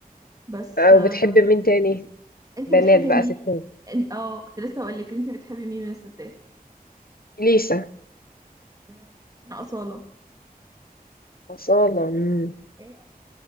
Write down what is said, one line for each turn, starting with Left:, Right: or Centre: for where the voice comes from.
Right: بس
Left: آه،
Right: آه
Left: وبتحب مين تاني
Right: انتي
Left: بنات
Right: بتحبي
Left: بقى
Right: مين
Left: ستات
Right: إن- اه كنت لسه اقول لك انتي بتحبي مين من الستات
Left: ليسا
Right: مم. انا أصالة
Left: أصالة مم.
Right: ايه اكتر